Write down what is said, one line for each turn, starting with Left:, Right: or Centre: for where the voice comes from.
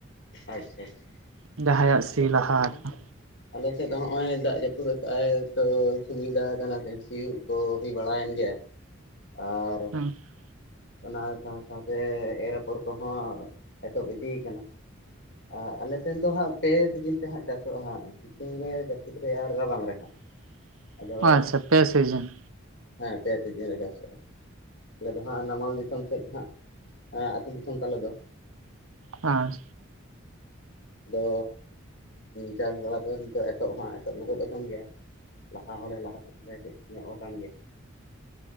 Left: ᱟᱪᱪᱷᱟ ᱟᱪᱪᱷᱟ
Right: ᱡᱟᱦᱟᱸᱭᱟᱜ ᱥᱤ ᱞᱟᱦᱟ
Left: ᱟᱪᱷᱟ <unintelligible>
Right: ᱟᱠᱟᱱᱟ
Left: ᱟᱞᱮᱥᱮᱫ ᱦᱚᱜ-ᱚᱭ ᱫᱟᱜ ᱡᱟᱹᱯᱩᱫ ᱠᱟᱜᱼᱟᱭ ᱛᱚ ᱥᱩᱵᱤᱫᱷᱟ ᱠᱟᱱᱟ <inaudible> ᱥᱤᱭᱩᱜ ᱠᱚ ᱦᱩᱭ ᱵᱟᱲᱟᱭᱮᱱ ᱜᱮ ᱟᱨ
Right: <inaudible>
Left: ᱚᱱᱟ ᱥᱟᱶ ᱥᱟᱶᱛᱮ ᱮᱨᱯᱚᱨ ᱠᱚᱦᱚᱸ ᱮᱛᱚᱵ ᱤᱫᱤ ᱟᱠᱟᱱᱟ᱾ ᱟᱸ, ᱟᱞᱮ ᱥᱮᱱ ᱫᱚ ᱦᱟᱸᱜ ᱯᱮ ᱥᱤᱡᱤᱱ ᱛᱮᱦᱟᱸᱜ ᱪᱟᱥᱚᱜᱼᱟ ᱦᱟᱸᱜ ᱥᱤᱛᱩᱝ ᱨᱮ ᱡᱟᱹᱯᱩᱫ ᱨᱮ ᱟᱨ ᱨᱟᱵᱟᱝ ᱨᱮ ᱦᱟᱸᱜ
Right: <inaudible>
Left: ᱟᱫᱚ
Right: ᱟᱪᱪᱷᱟ ᱯᱮ ᱥᱤᱡᱤᱱ
Left: ᱦᱮᱸ ᱯᱮ ᱥᱤᱡᱤᱱ ᱨᱮᱜᱮ ᱪᱟᱥᱚᱜᱼᱟ ᱟᱞᱮ ᱫᱚ ᱦᱟᱸᱜ ᱱᱟᱢᱟᱞ ᱫᱤᱥᱚᱢ ᱥᱮᱫ ᱦᱟᱸᱜ ᱮᱸ ᱟᱹᱛᱩ ᱫᱤᱥᱚᱢ ᱛᱟᱞᱮ ᱫᱚ
Right: ᱦᱮᱸ
Left: ᱟᱫᱚ ᱪᱟᱥ ᱵᱟᱲᱟ ᱫᱚ ᱱᱤᱛᱚᱜ ᱮᱛᱚᱦᱚᱵ ᱦᱚᱸ ᱮᱛᱚᱦᱚᱵ ᱜᱚᱫ ᱟᱠᱟᱱ ᱜᱮᱭᱟ ᱞᱟᱦᱟ ᱦᱚᱸᱞᱮ ᱞᱟᱦᱟ ᱥᱮᱫ ᱞᱮ ᱦᱮᱡ ᱧᱚᱜ ᱟᱠᱟᱱ ᱜᱮᱭᱟ